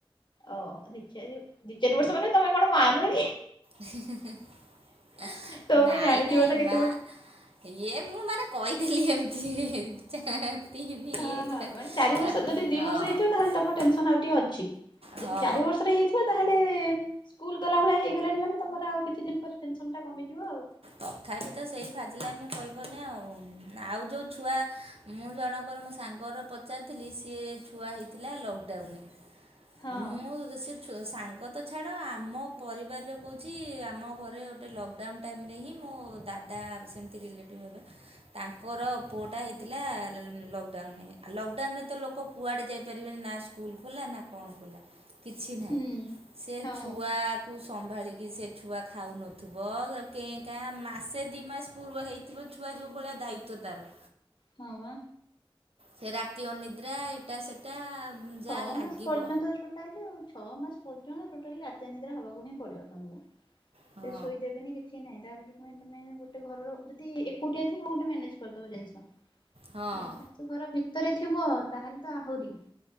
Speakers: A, on the left; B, on the right.
A: ଓହ ଦିଚାରି ଦିଚାରି ବର୍ଷ ମାନ ତମେ କଣ ମାନ
B: <unintelligible>
A: ତମେ
B: ନାଇଁ
A: ଜାଣିଥିବ
B: ନାଇଁ
A: ନା କେତେ
B: ମା
A: ବର୍ଷ
B: ଇଏ ମୁଁ ମାନେ ତିତିନ, ଚାର,
A: ହଁ ହଁ ମାନେ ଚାରି
B: ହଁ।
A: ବର୍ଷ ଯଦି ଦି ବର୍ଷ ହେଇଥିବ ତାହେଲେ ତମ ଆଉ ଟିକ ଅଛି
B: ହଁ
A: ଯଦି ଚାରି ବର୍ଷରେ ହେଇବ ତାହେଲେ ସ୍କୁଲ ଗଲା ଭଳିଆ ହେଇଗଲାଣି, ମାନେ ତମର ଆଉ କିଛି ଦିନ ପରେ ଟେନସନ ଟା କମିଯିବ ଆଉ।
B: ତଥାପି ତ ସେଇ ଫାଜିଲେ ଆମେ କହିବନି, ଆଉ ଆଉ ଯୋଉ ଛୁଆ ମୁଁ ଜଣଙ୍କର ମୋ ସାଙ୍ଗର ପଚାରିଥିଲି ସିଏ ଛୁଆ ହେଇଥିଲା ଲକଡାଉନରେ
A: ହଁ
B: ମୁଁ ସେ ସାଙ୍ଗ ତ ଛାଡ଼ ଆମ ପରିବାରରେ କହୁଛି ଆମ ଘରେ ଗୋଟେ ଲକଡାଉନ୍ ଟାଇମରେ ହିଁ
A: ହଁ
B: ମୋ ଦାଦା ସେମିତି ରିଲେଟିଭ୍ ହେବେ, ତାଙ୍କର ପୁଅଟା ହେଇଥିଲା ଲକ୍ଡାଉନ ଲକଡାଉନରେ ତ ଲୋକ କୁଆଡ଼େ ଯାଇପାରିବେନି, ନା ସ୍କୁଲ ଖୋଲା ନା କଣ ଖୋଲା କିଛି ନାହିଁ
A: ହୁଁ
B: ସେ
A: ହଁ
B: ଛୁଆକୁ ସମ୍ଭାଳିକି ସେ ଛୁଆ ଖାଉନଥିବ କେ କା ମାସେ ଦୁଇ ମାସ ପୂର୍ବ ହେଇଥିବ ଛୁଆ ଯେଉଁ ଭଳିଆ ଦାୟିତ୍ୱ ତାର।
A: ହଁ ବା।
B: ସେ ରାତି ଓନଦ୍ରେ ଏଇଟା ସେଟା ଯାହା
A: ଛଅ
B: ଲାଗିବ
A: ମାସ ପର୍ଯ୍ୟନ୍ତ ତ ଟୋଟାଲ ହଉଛି ଛଅ ମାସ ପର୍ଯ୍ୟନ୍ତ ଟୋଟାଲି ରାତି୍ୟା ନିଦ୍ରା ହବାକୁ ହିଁ ପଡିବ ତମକୁ
B: ହଁ
A: ସେ ଶୋଇଦେବେନି କିଛି ନାହିଁ ତାପରେ ପୁଣି ତମେ ଗୋଟେ ଘରର ଯଦି ଏଟିଆ ଥିବ ଗୋଟେ ମ୍ୟାନେଜ କରିଦବ ଜିନିଷ
B: ହଁ
A: ଯଦି ଶାଶୁ ଘର ଭିତରେ ଥିବ ତାହେଲେ ତ ଆହୁରି